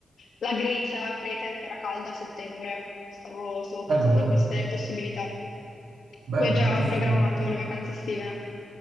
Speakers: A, on the left; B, on the right.
A: la Grecia, Creta è ancora calda a settembre, stavo stavo pensando
B: bello, bello,
A: a queste possibilità.
B: bello,
A: Tu hai già
B: bello, molto
A: programmato
B: bello.
A: le vacanze estive?